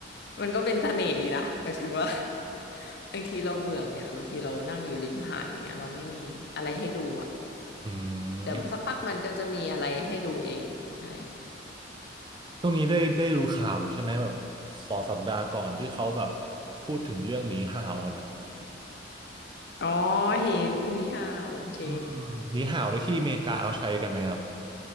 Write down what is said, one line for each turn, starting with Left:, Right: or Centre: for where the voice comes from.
Left: มันก็เป็นเสน่ห์ดีนะหมายถึงว่า <laughs> บางทีเราเบื่อไงบางทีเรานั่งอยู่ริมหาดอย่างเงี้ยเราไม่มีอะไรให้ดูอ่ะ
Right: อื
Left: เดี๋ยวสักพักมันก็จะมีอะไรให้ดูเองใช่
Right: มช่วงนี้ได้ได้ดูข่าวอยู่ใช่ไหมแบบสองสัปดาห์ก่อนที่เขาแบบพูดถึงเรื่องหนีห่าวกันอะ
Left: อ๋อเห็นนี่ฮาวโอเค
Right: อืมหนีห่าวในที่อเมริกาเขาใช้กันไหมครับ